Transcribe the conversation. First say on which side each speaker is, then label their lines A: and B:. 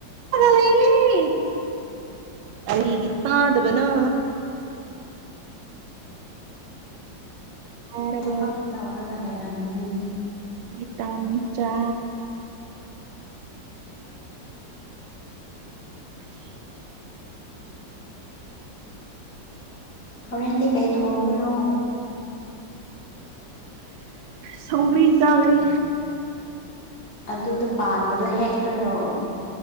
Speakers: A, on the right; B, on the left.
A: ꯂꯩ ꯀꯔꯤꯒꯤ ꯇꯥꯗꯕꯅꯥ ꯇꯥꯔꯕꯣ
B: ꯊꯕꯛ ꯇꯧꯔꯒ ꯂꯩꯔꯝꯒꯅꯤꯅ
A: ꯃꯣꯏ ꯇꯝ ꯆꯥ ꯈꯁ
B: ꯍꯣꯔꯦꯟꯗꯤ ꯀꯩ ꯊꯣꯡꯗꯣꯏꯔꯣ
A: ꯁꯧꯅꯦ ꯆꯥꯡꯈ꯭ꯔꯦ
B: ꯑꯗꯨꯗꯣ ꯄꯥꯟꯕꯗꯣ ꯍꯦꯛꯇꯣꯏꯔꯣ